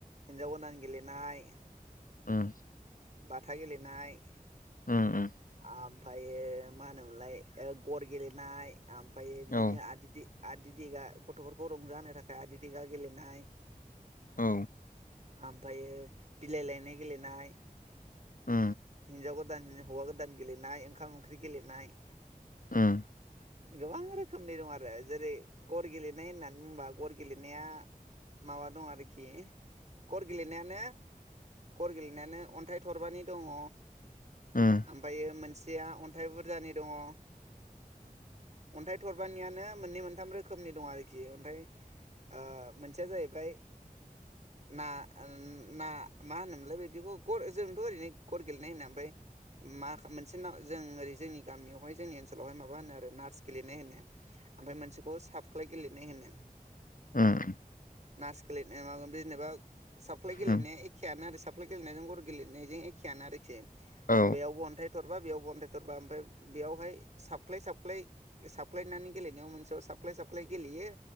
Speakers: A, on the right; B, on the left.
A: हिनजाव गोनां गेलेनाय
B: उम
A: बाथा गेलेनाय
B: उम उम
A: आमफायो मा होनोमोनलाय ओ गर गेलेनाय आमफायो बिदिनो
B: औ
A: आदिदि आदि दिगा गथ'फोरखौ रंज होनो थाखाय आदि दिगा गेलेनाय।
B: औ
A: आमफायो बिलाय लायनाय गेलेनाय
B: उम
A: हिन्जाव गोदान हौवा गोदान गेलेनाय ओंखाम ओंख्रि गेलेनाय।
B: उम
A: गोबां रोखोमनि दं आरो जेरै गर गेलेनाय होननानै बुंबा गर गेलेनाया माबा दं आरोखि गर गेलेनायानो गर गेलेनायानो अन्थाइ थरबानि दङ।
B: उम उम
A: आमफायो मोनसेया अन्थाइ बुरजानि दङ। अन्थाइ थरबानियानो मोननै मोनथाम रोखोमनि दं आरोखि अन्थाइ आ मोनसेया जाहैबाय ना ओ ना मा होनोमोनलाय बिदिखौ गर जोंथ' ओरैनो गर गेलेनाय होनो ओमफाय मा मोनसे सिनाव जों ओरै जोंनि गामियावहाय जोंनि ओनसोलावहाय माबा होनो आरो नार्स गेलेनाय होनो। ओमफाय मोनसेखौ साफख्लाय गेलेनाय होनो।
B: उम
A: नार्स गेलेनाय माबा जेनेबा साफखलाय
B: उम
A: गेलेनाया एखेयानो आरो साफखलाय गेलेनायजों गर' गेलेनायजों एख खेयानो आरोखि
B: औ
A: बेयावबो अन्थाय थरबा बेयावबो अन्थाइ थरबा ओमफाय बेयावहाय सफख्लाय सफख्लाय ओ साप्लायनानै गेलेनायाव मोनसेयाव साप्लाय साप्लाय गेलेयो।